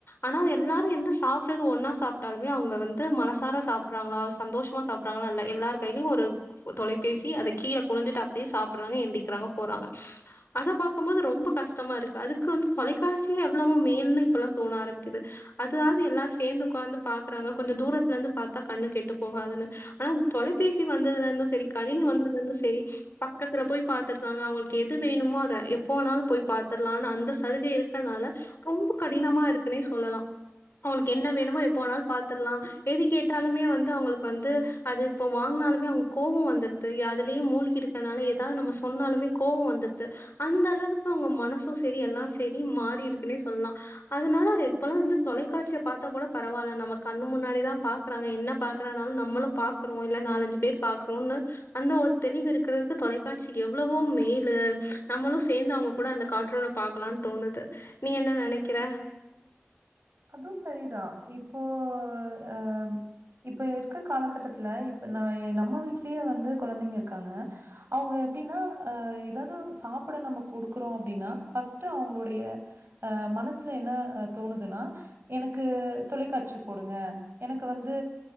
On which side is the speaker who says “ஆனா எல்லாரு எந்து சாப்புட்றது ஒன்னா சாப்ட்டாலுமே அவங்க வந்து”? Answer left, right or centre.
Left